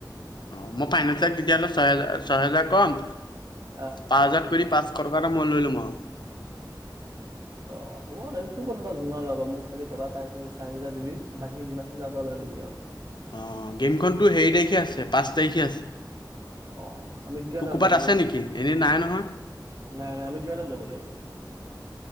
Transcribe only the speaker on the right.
অ'
অঁ, হ'ব তোৰ কথা ক' যিমান লব পাৱ মোক খালি টকা চাৰছ চাৰি চাৰি হাজাৰ দিবি বাকি যিমান খিনি পাৱ তই লৈ ল'বি আও
অ আমি কিমান
টাইমত
যাব
লাগিব
নাই নাই আমি কিমানত যাব লাগিব?